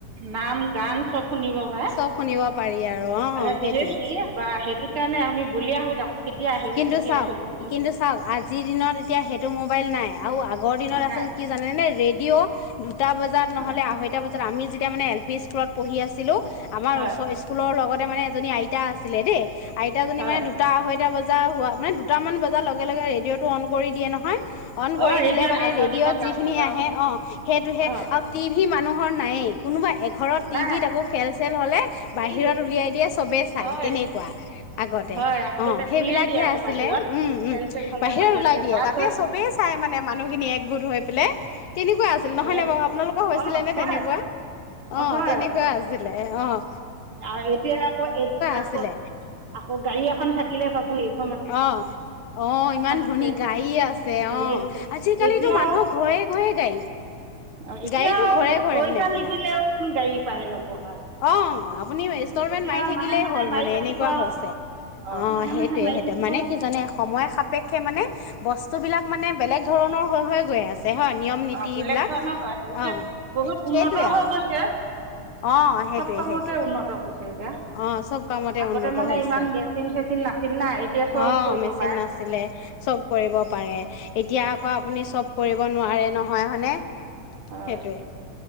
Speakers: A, on the right; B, on the left.
A: নাম গান চব। শুনিব পাৰে।
B: চব শুনিব পাৰি আৰু
A: অ'
B: সেইটোৱে।
A: ই এ বা সেইটো কাৰণে আ বলিয়া হৈ থাকো কেতিয়া আহিব
B: কিন্তু
A: কেতিয়া-
B: চাওক,
A: কৈ
B: কিন্তু চাওক আজিৰ দিনত এতিয়া সেইটো মোবাইল নাই। আৰু আগৰ দিনত
A: নাই
B: আচিল কি জানেনে ৰেডিঅ'। দুটা বজাত নহ'লে
A: অ',
B: আঢ়ৈটা বজাত, আমি যেতিয়া মানে এল পি স্কুলত পঢ়ি আছিলো আমাৰ
A: হয়,
B: ওচৰ স্কুলৰ লগত মানে এজনী আইতা আছিলে দেই। আইতাজনী
A: হয়,
B: মানে আঢ়ৈটা বজা হোৱা মানে দুটামান বজাৰ লগে লগে ৰেডিঅ'টো অন কৰি দিয়ে নহয়। অন কৰি
A: অ', ৰেডিঅ'ৰ
B: দিলে মানে
A: আগৰ
B: ৰেডিঅ'ত
A: দিনৰ গান
B: যিখিনি
A: সোপা
B: আহে
A: শুনো
B: অ' সেইটোহে
A: অ',
B: মানুহৰ নায়ে কোনোবা এক ঘৰত টিভিত
A: নাই
B: আকৌ খেল চেল হলে বাহিৰত
A: এই
B: উলিয়াই দিয়ে চবে চাই
A: হয়,
B: তেনেকুৱা আগতে।
A: হয়, আগতে
B: অ সেইবিলাকহে
A: উলিয়াই দিয়ে আকৌ
B: আছিলে
A: বাহিৰত
B: উম উম
A: খেল চেল হ'লে
B: বাহিৰৰে
A: বাহিৰলে
B: ওলাই দিয়ে
A: তাৰ
B: তাতে
A: ঘৰত
B: চবেই চাই মানে মানুহখিনি একগোট হৈ পেলাই। <inaudible> তেনেকুৱা আছিল নহয়
A: এক
B: নাই বাৰু আপোনালোকৰ হৈছিলে
A: অ',
B: নে
A: হয়,
B: তেনেকুৱা? অ
A: হয়,
B: তেনেকুৱা আছিল। দে অঁ।
A: আৰু এতিয়া আকৌ এ
B: আছিলে
A: আকৌ, আকৌ গাড়ী এখন থাক শাকিলে শা
B: অ অ ইমান ধনী
A: আছে
B: গাড়ী আছে
A: গাড়ী
B: অ
A: আছে
B: আজিকালিতো
A: এতিয়া
B: মানুহৰ ঘৰে ঘৰে গাড়ী,
A: আও এতিয়া
B: গাড়ীটো
A: আও
B: ঘৰে ঘৰে
A: পইচা
B: মানে আপোনাৰ,
A: নিদিলেওচোন গাড়ী পাই ল'ব কাৰণে
B: অঁ আপুনি ইনষ্টলমেন্ট
A: তেতিয়া
B: মাৰি থাকিলেই
A: মাহে মাহে
B: হ'ল
A: মাৰি
B: মানে
A: থাকিব
B: এনেকুৱা
A: আৰু
B: হৈছে
A: অ',
B: অঁ
A: মাহে
B: সেই
A: মাহে
B: য়ে
A: মাৰি
B: সেতে
A: থাকিব
B: মানে
A: আৰু
B: কি জানে সময় সাপেক্ষে মানে বস্তু বিলাক মানে বেলেগ ধৰণৰ হৈ হৈ গৈ আছে। হয় নিয়ম নীতি
A: অ বেলেগ
B: বিলাক
A: ধৰণৰ হয় এতিয়া
B: অ'
A: বহুত
B: সেইটোয়ে
A: উন্নত
B: আৰু
A: হৈ গৈছে,
B: অ' সেইটোয়ে
A: চব কামতে
B: সেইটোয়ে
A: উন্নত হৈছে। এতিয়া
B: অ চব কামতে
A: আগতে
B: উন্নত
A: মানে
B: হৈছে,
A: ইমান মেচিন চেচিন নাছিল না এতিয়া চব
B: অঁ
A: কৰিব
B: মেচিন
A: পাৰে
B: নাছিলে চব কৰিব পাৰে এতিয়া আকৌ আপুনি চব কৰিব নোৱাৰে নহয় হয়নে?
A: হয়
B: সেইটোৱে